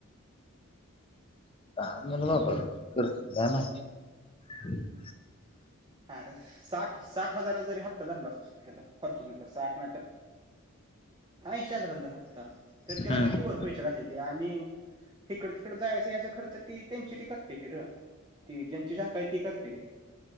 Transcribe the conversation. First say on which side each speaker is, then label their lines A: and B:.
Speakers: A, on the left; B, on the right.
A: का <unintelligible> बाबा मा.
B: हा साठ साठ हजारा जरी हप्ता धरला ह्याला फॉर्च्युनरला साठ नाही तर ऐंशी हजारचा धर हप्ता तर त्याला
A: हम्म
B: किती वर पैसे राहतेती आणि हिकड तिकड जायचं यायचा खर्च ती त्यांची ती करते ती र ती ज्यांची शाखा आहे ती करते ती.